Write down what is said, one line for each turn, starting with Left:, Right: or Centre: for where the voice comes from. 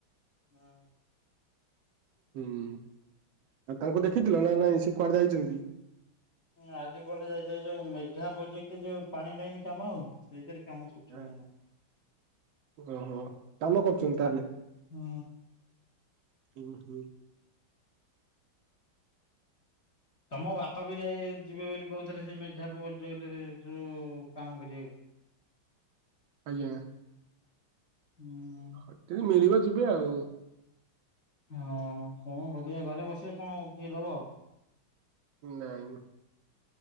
Left: ନାଁ।
Right: ହୁଁ ଆଉ ତାଙ୍କୁ ଦେଖିଥିଲ ନା ନାଇଁ ସେ କୁଆଡେ ଯାଇଛନ୍ତି।
Left: ହଁ ଆଜି ଗଲେ <unintelligible> କ ଯାଇଥିଲ ଯୋଉ ମେଘା ପ୍ରୋଜେକ୍ଟ ଯୋଉ ପାଣି ଲାଇନ କାମ ହଉନି। ସେଇଥିରେ କାମ ସୁଛୁ
Right: ଆ
Left: ନାହିଁ ନା।
Right: ଓହୋ କାମ କରୁଛନ୍ତି ତାହେଲେ।
Left: ହୁଁ।
Right: ହୁଁ ହୁଁ।
Left: ତମ ବାପା ବି ଯାଇ ଯିବେ ବୋଲି କହୁଥିଲେ ସେ ମେଝା ପ୍ରୋଜେକ୍ଟରେ ଯୋଉ କାମ କରିଆକୁ।
Right: ଆଜ୍ଞା।
Left: ହୁଁ।
Right: ଏଠିକି ନୁଣିଆ ଯିବେ ଆଉ।
Left: ହଁ କଣ କରିଆ ଘରେ ବସିବେ କଣ କିଏ ଦବ।
Right: ନାଇଁ।